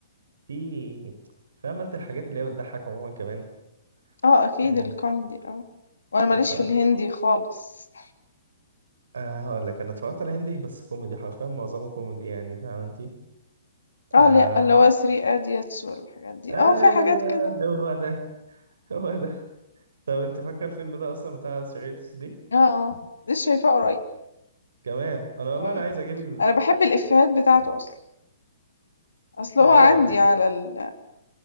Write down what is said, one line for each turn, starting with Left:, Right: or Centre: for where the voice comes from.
Right: في فاهم انت الحاجات اللي هي بتضحك عموما كمان
Left: آه أكيد
Right: أه،
Left: الكوميدي آه، وأنا ما ليش
Right: ف
Left: في الهندي خالص.
Right: أه، هقول لك انا اتفرجت على هندي بس كوميدي حرفيا معظمه كوميدي يعني فاهم انت
Left: آه،
Right: أم،
Left: لأ، اللي هو 3 Idiots والحاجات دي،
Right: ايوه
Left: آه، في حاجات كده
Right: هو ده
Left: إمم،
Right: هو ده طب انت فاكر الفيلم ده اصلا بتاع سيريتس دي
Left: آه، آه، لسه شايفاه قريب،
Right: كمان انا والله
Left: إمم،
Right: انا عايز اجيب
Left: أنا باحب الإفيهات بتاعته أصلًا، أصل هو
Right: آه،
Left: عندي على ال